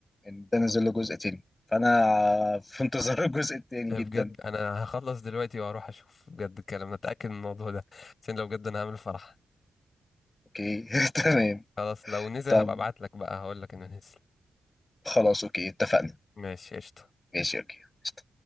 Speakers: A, on the left (about 25°); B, on the left (about 45°).
A: ان ده نزل له جزء تاني فانا في انتظار الجزء التاني
B: ده
A: جدا
B: بجد انا هخلص دلوقتي واروح اشوف بجد الكلام ده اتاكد من الموضوع ده عشان لو بجد انا هعمل فرح
A: اوكي <laughs> تمام
B: خلاص لو نزل
A: طب
B: هبقى ابعت لك بقى هقول لك انه نزل
A: خلاص اوكي اتفقنا
B: ماشي قشطة
A: ماشي اوكي قشطة.